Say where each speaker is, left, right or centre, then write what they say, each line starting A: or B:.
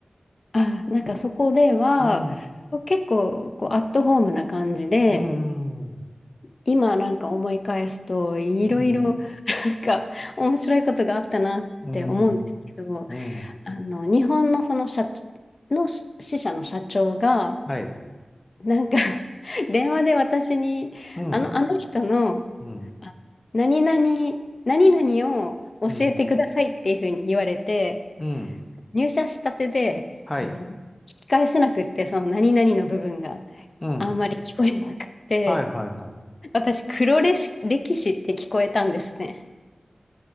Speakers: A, on the left; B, on the left.
A: あ、なんかそこでは、
B: うん。
A: 結構こうアットホームな感じで、
B: うん。
A: 今なんか思い返すといろいろなんか面白いことがあったなって思うんですけど、
B: うん。うん、うん、
A: あの日本のその社の支社の社長が
B: はい、
A: なんか <laughs> 電話で私にあの、
B: うん、
A: あの人の
B: うん、
A: あ何々、何々を教えてくださいっていうふうに言われて
B: うん、うん、
A: 入社したてであの聞き返せなくってその何々の部分が
B: はい、うん、
A: あんまり聞こえなくって。
B: はい、はい、はい。
A: 私、黒歴史歴史って聞こえたんですね。